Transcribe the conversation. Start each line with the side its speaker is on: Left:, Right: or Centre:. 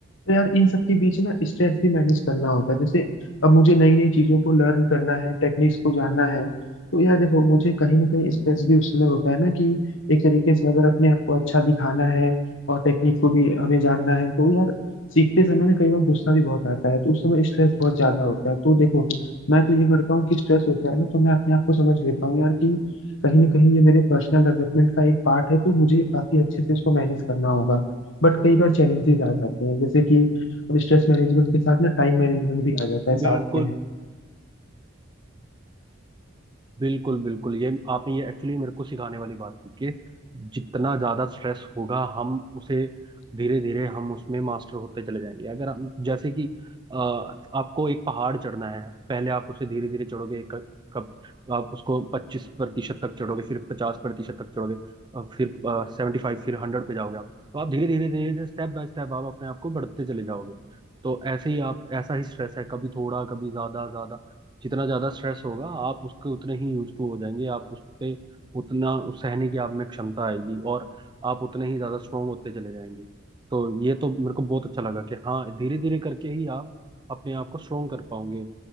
Left: तो यार इन सब के बीच ना स्ट्रेस भी मैनेज करना होता है जैसे अब मुझे नई नई चीजों को लर्न करना है टेक्निक्स को जानना है तो यार देखो मुझे कहीं ना कहीं स्ट्रेस भी उस समय होता है ना कि एक तरीके से अगर अपने आप को अच्छा दिखाना है और टेक्निक को भी हमें जानना है तो यार सीखते समय ना कई बार गुस्सा भी बहुत आता है तो उस समय स्ट्रेस बहुत ज्यादा होता है तो देखो मैं तो ये करता हूँ कि स्ट्रेस होता है ना तो मैं अपने आप को समझ लेता हूँ यार कि कहीं ना कहीं ये मेरे पर्सनल डेवलपमेंट का एक पार्ट है तो मुझे काफी अच्छे से इसको मैनेज करना होगा बट कई बार चैलेंजेस आ जाते हैं जैसे कि अब स्ट्रेस मैनेजमेंट के साथ ना टाइम मैनेजमेंट भी आ जाता है
Right: बिल्कुल
Left: साथ में
Right: बिल्कुल बिल्कुल ये आपने ये एक्चुअली मेरे को सिखाने वाली बात की कि जितना ज्यादा स्ट्रेस होगा हम उसे धीरे धीरे हम उसमें मास्टर होते चले जाएंगे अगर हम जैसे कि अ, आपको एक पहाड़ चढ़ना है पहले आप उसे धीरे धीरे चढ़ोगे एक कप आप उसको पच्चीस प्रतिशत तक चढ़ोगे फिर पचास प्रतिशत तक चढ़ोगे अ, फिर सेवेंटी फाइव फिर हंड्रेड पे जाओगे आप तो आप धीरे धीरे धीरे धीरे स्टेप बाय स्टेप आप अपने आप को बढ़ते चले जाओगे तो ऐसे ही आप ऐसा ही स्ट्रेस है कभी थोड़ा कभी ज्यादा ज्यादा जितना ज्यादा स्ट्रेस होगा आप उसके उतने ही यूज टू हो जाएंगे आप उस पे उतना उस सहने की आप में क्षमता आएगी और आप उतने ही ज्यादा स्ट्रोंग होते चले जाएंगे तो ये तो मेरे को बहुत अच्छा लगा कि हाँ धीरे धीरे करके ही आप अपने आप को स्ट्रोंग कर पाओगे